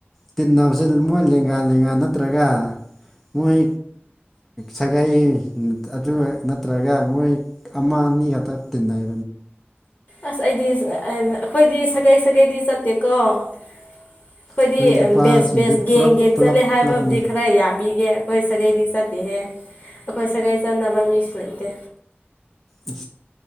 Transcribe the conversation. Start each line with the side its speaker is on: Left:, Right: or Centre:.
Centre: ꯇꯤꯟꯅꯕꯁꯦ ꯃꯣꯏ ꯂꯦꯡꯒꯥ ꯂꯦꯡꯒꯥ ꯅꯠꯇ꯭ꯔꯒ ꯃꯣꯏ ꯁꯒꯥꯏ ꯑꯗꯨ ꯅꯠꯇ꯭ꯔꯒ ꯃꯣꯏ ꯑꯃ ꯑꯅꯤ ꯈꯛꯇ ꯇꯤꯟꯅꯩ
Left: ꯑꯁ ꯑꯩꯗꯤ ꯑꯩꯈꯣꯏꯗꯤ ꯁꯥꯒꯩ ꯁꯥꯒꯩꯗꯤ ꯆꯠꯇꯦꯀꯣ ꯑꯩꯈꯣꯏꯗꯤ
Centre: ꯑꯩꯈꯣꯏ ꯅꯨꯄꯥꯁꯤꯡꯗꯤ
Left: ꯕꯦꯁ ꯕꯦꯁ ꯒꯦꯡ
Centre: ꯄꯨꯂꯞ
Left: ꯒꯦꯡ
Centre: ꯄꯨꯂꯞ
Left: ꯆꯠꯂꯦ ꯍꯥꯏꯕꯕꯨꯗꯤ
Centre: ꯄꯨꯂꯞꯅꯤ
Left: ꯈꯔ ꯌꯥꯕꯤꯒꯦ ꯑꯩꯈꯣꯏ ꯁꯥꯒꯩꯗꯤ ꯆꯠꯇꯦꯍꯦ ꯑꯩꯈꯣꯏ ꯁꯥꯒꯩ ꯆꯠꯅꯕ ꯃꯤꯁꯨ ꯂꯩꯇꯦ
Centre: ꯎ